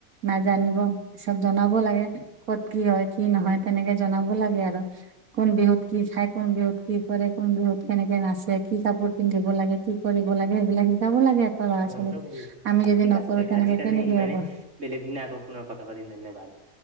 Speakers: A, on the right (about 85°); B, on the right (about 60°).
A: নাজানিব, চব জনাব লাগে। ক'ত কি হয় কি নহয় তেনেকে জনাব লাগে আৰু কোন বিহুত কি খাই? কোন বিহুত কি কৰে কোন বিহুত কেনেকে নাচে কি কাপোৰ পিন্ধিব লাগে কি কৰিব লাগে সেইবিলাক শিকাব লাগে? লৰা -
B: মন্ত্ৰ
A: ছোৱালীক,
B: পঢ়ি
A: আমি যদি
B: ঠিক
A: নকৰোঁ
B: আছে দিয়ক
A: তেনেকে
B: আজিৰ কাৰণে
A: কেনেকৈ
B: ইমানে
A: হ'ব?
B: বেলেগ দিনে আকৌ পুনৰ কথা পাতিম ধন্যবাদ।